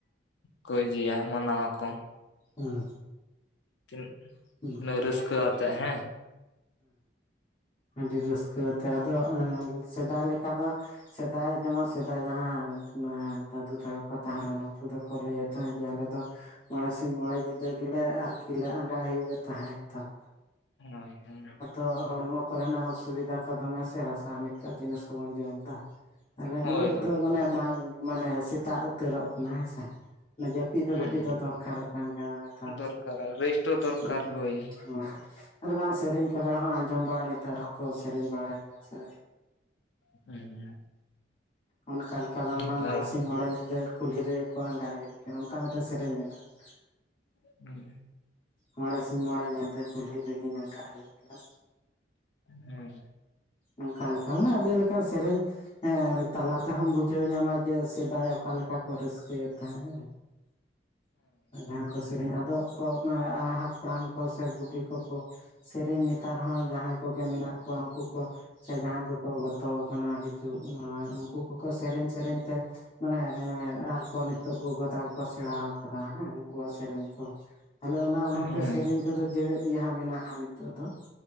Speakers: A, on the left; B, on the left.
A: ᱠᱚ ᱤᱫᱤᱭᱟ ᱢᱟᱱᱟᱣᱟᱠᱚ
B: ᱦᱩᱸ
A: ᱛᱤᱱᱟᱹ
B: <inaudible>
A: ᱨᱟᱹᱥᱠᱟᱹ ᱟᱛᱮᱜ ᱦᱮᱸ
B: ᱦᱮᱸ ᱟᱹᱰᱤ ᱨᱟᱹᱥᱠᱟᱹ ᱟᱛᱮ ᱟᱫᱚ ᱥᱮᱫᱟᱭ ᱞᱮᱠᱟ ᱫᱚ ᱥᱮᱫᱟᱭ ᱡᱮᱢᱚᱱ ᱥᱮᱫᱟᱭ ᱡᱟᱦᱟᱸ ᱫᱟᱫᱩ ᱛᱟᱠᱚ ᱠᱚ ᱛᱟᱦᱮᱸ ᱞᱮᱱ ᱩᱱᱠᱩ ᱫᱚᱠᱚ ᱞᱟᱹᱭᱮᱫ ᱛᱟᱦᱮᱸᱫ ᱡᱮ ᱟᱞᱮ ᱫᱚ ᱢᱚᱬᱮ ᱥᱤᱧ ᱢᱚᱬᱮ ᱧᱤᱫᱟᱹ ᱜᱤᱞᱮ ᱟᱨᱠᱤ ᱞᱮ ᱟᱸᱜᱟ ᱟᱭᱩᱵᱮᱫ ᱛᱟᱦᱮᱸᱫ ᱮᱠᱫᱚᱢ
A: ᱦᱳᱭ ᱦᱩᱸ
B: ᱦᱚ ᱦᱚᱲᱢᱚ ᱠᱚᱨᱮᱱᱟᱜ ᱚᱥᱩᱵᱤᱫᱟ ᱠᱚ ᱫᱚᱢᱮ ᱥᱮ ᱨᱟᱥᱟᱭᱚᱱᱤᱠ ᱡᱤᱱᱤᱥ ᱠᱚᱵᱚᱱ ᱡᱚᱢᱮᱫᱟ ᱛᱟᱦᱚᱞᱮ ᱩᱱᱟᱹᱜ
A: ᱦᱳᱭ ᱦᱳᱭ
B: ᱫᱚ ᱢᱟᱱᱮ ᱵᱟᱝ ᱢᱟᱱᱮ ᱥᱮᱛᱟᱜ ᱩᱛᱟᱹᱨᱚᱜ ᱠᱟᱱᱟ ᱦᱮᱸᱥᱮ ᱡᱚᱛᱚ ᱡᱟᱹᱯᱤᱫ ᱫᱚ
A: ᱦᱮᱸ
B: ᱠᱟᱹᱴᱤᱡ ᱫᱚ ᱫᱚᱨᱠᱟᱨᱚᱜ ᱠᱟᱱ ᱜᱮ ᱱᱮᱛᱟᱨ
A: ᱫᱚᱨᱠᱟᱨᱟ
B: ᱫᱚ
A: ᱨᱮᱥᱴ ᱦᱚᱸ ᱫᱚᱨᱠᱟᱨ
B: ᱦᱮᱸ
A: ᱦᱳᱭ
B: ᱦᱚᱸ ᱟᱨ ᱵᱟᱝ ᱥᱮᱨᱮᱧ ᱠᱚᱨᱮ ᱦᱚᱸ ᱟᱸᱡᱚᱢ ᱵᱟᱲᱟᱭ ᱱᱮᱛᱟᱨ ᱦᱚᱸᱠᱚ ᱥᱮᱨᱮᱧ ᱵᱟᱲᱟᱭ ᱜᱮᱭᱟ ᱥᱮ
A: <unintelligible>
B: ᱚᱱᱠᱟ ᱞᱮᱠᱟ ᱵᱟᱝᱢᱟ
A: ᱯᱟᱭ
B: ᱢᱚᱬᱮ ᱥᱤᱧ ᱢᱚᱬᱮ ᱧᱤᱫᱟᱹ ᱠᱩᱞᱦᱤ ᱨᱮ ᱠᱚ ᱟᱸᱜᱟ ᱟᱹᱭᱩᱜ ᱠᱮᱭᱟ ᱚᱱᱠᱟ ᱢᱤᱫᱴᱮᱱ ᱥᱮᱨᱮᱧ ᱢᱮᱱᱟᱜ-ᱟ
A: <unintelligible>
B: ᱢᱚᱬᱮ ᱥᱤᱧ ᱢᱚᱬᱮ ᱧᱤᱫᱟᱹ ᱠᱩᱞᱦᱤ ᱨᱤᱜᱤᱧ ᱟᱸᱜᱟ ᱟᱹᱭᱩᱜ ᱠᱮᱜ-ᱟ᱾
A: ᱦᱮᱸ
B: ᱱᱝᱠᱟᱞᱮᱠᱟ ᱢᱟᱱᱮ ᱟᱹᱰᱤᱞᱮᱠᱟᱱ ᱥᱮᱨᱮᱧ ᱛᱟᱞᱟ ᱛᱮᱦᱚᱢ ᱵᱩᱡᱷᱟᱹᱣ ᱧᱟᱢᱟ ᱡᱮ ᱥᱮᱫᱟᱭ ᱚᱠᱟ ᱞᱮᱠᱟ ᱠᱚ ᱨᱟᱹᱥᱠᱟᱹᱭᱮᱫ ᱛᱟᱦᱮᱸ ᱡᱟᱦᱟᱸ ᱠᱚ ᱥᱮᱨᱮᱧ ᱟᱫᱚ ᱠᱚ ᱦᱟᱯᱲᱟᱢ ᱠᱚ ᱥᱮ ᱵᱩᱰᱷᱤ ᱠᱚᱠᱚ ᱥᱮᱨᱮᱧ ᱱᱮᱛᱟᱨ ᱦᱚᱸ ᱡᱟᱦᱟᱸᱭ ᱠᱚᱜᱮ ᱢᱮᱱᱟᱜ ᱠᱚᱣᱟ ᱩᱱᱠᱩ ᱠᱚ ᱥᱮ ᱡᱟᱦᱟᱸᱭ ᱠᱚᱠᱚ ᱜᱚᱛᱚᱣᱟᱠᱟᱱᱟ ᱡᱩᱢᱟᱭ ᱩᱱᱠᱩ ᱠᱚᱠᱚ ᱥᱮᱨᱮᱧ ᱥᱮᱨᱮᱧ ᱛᱮ ᱢᱟᱱᱮ ᱮᱸ ᱟᱨᱠᱚ ᱱᱤᱛᱚᱜ ᱠᱚᱜᱚ ᱛᱟ ᱠᱚᱠᱚ ᱥᱮᱬᱟᱣ ᱠᱟᱫᱟ ᱦᱮᱸ ᱩᱱᱠᱩᱣᱟᱜ ᱥᱮᱨᱮᱧ ᱠᱚ ᱛᱟᱦᱚᱞᱮ ᱚᱱᱟ ᱚᱱᱟᱛᱮ
A: ᱦᱮᱸ ᱦᱮᱸ
B: ᱥᱮᱨᱮᱧ ᱠᱚᱫᱚ ᱡᱮᱣᱮᱫ ᱜᱮᱟᱸᱜ ᱢᱮᱱᱟᱜ-ᱟ ᱱᱤᱛᱚᱜ ᱫᱚ